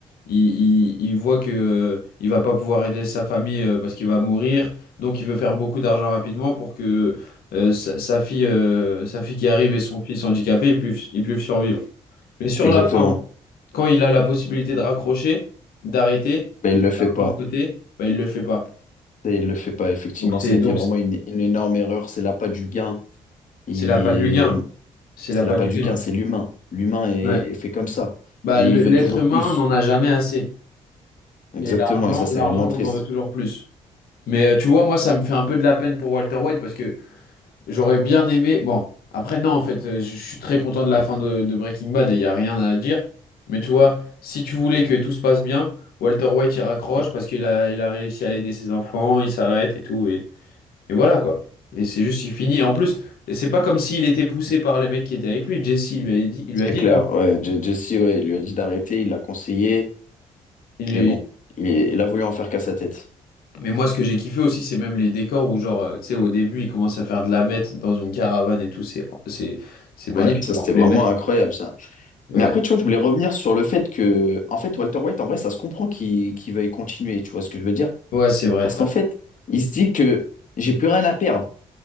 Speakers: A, on the left; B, on the left.
A: Il, il, il voit que, euh, il va pas pouvoir aider sa famille euh, parce qu'il va mourir. Donc, il veut faire beaucoup d'argent rapidement pour que euh, sa, sa fille, euh, sa fille qui arrive et son fils handicapé, ils puissent, ils puissent survivre. Mais sur
B: exactement.
A: la fin, quand il a la possibilité de raccrocher, d'arrêter,
B: Mais
A: qu'il
B: il le
A: a de
B: fait pas.
A: l'argent de côté, bah, il ne le fait pas.
B: Et Il le fait pas, effectivement,
A: Donc c'est
B: ça a
A: donc
B: été vraiment
A: c'est
B: une, une énorme erreur, c'est l'appât du gain. Et
A: c'est l'appât du gain. C'est
B: c'est
A: l'appât
B: l'appât
A: du
B: du
A: gain.
B: gain, c'est l'humain. L'humain est
A: Ouais.
B: est fait comme ça.
A: Bah,
B: Et
A: le-
B: il veut
A: l'être
B: toujours
A: humain
B: plus.
A: n'en a jamais assez.
B: Exactement,
A: Et l'argent,
B: et ça, c'est
A: l'argent,
B: vraiment triste.
A: on en veut toujours plus. Mais euh, tu vois, moi, ça me fait un peu de la peine pour Walter White parce que J'aurais bien aimé. Bon, après, non, en fait, euh, je je suis très content de la fin de, de Breaking Bad et il n'y a rien à dire. Mais tu vois, si tu voulais que tout se passe bien, Walter White il raccroche parce qu'il a, il a réussi à aider ses enfants, il s'arrête et tout. Et, et voilà quoi. Et c'est juste, il finit. Et en plus, c'est pas comme s'il était poussé par les mecs qui étaient avec lui. Jesse il lui a dit, il
B: C'est
A: lui a dit
B: clair,
A: d'arrêter.
B: ouais. Je- Jesse, ouais, il lui a dit d'arrêter, il l'a conseillé,
A: Il
B: mais
A: est-
B: bon, il, il a voulu en faire qu'à sa tête.
A: Mais moi, ce que j'ai kiffé aussi, c'est même les décors où, genre, euh, tu sais, au début, il commence à faire de la meth dans une caravane et tout. C'est, c'est, c'est magnifique,
B: Ouais, ça
A: c'est
B: c'était
A: emblématique.
B: vraiment incroyable ça.
A: Ouais,
B: Mais après, tu vois, je voulais revenir sur le fait que, en fait, Walter White, en vrai, ça se comprend qu'il qu'il veuille continuer, tu vois ce que je veux dire?
A: ouais, c'est vrai.
B: Parce qu'en fait, il se dit que j'ai plus rien à perdre.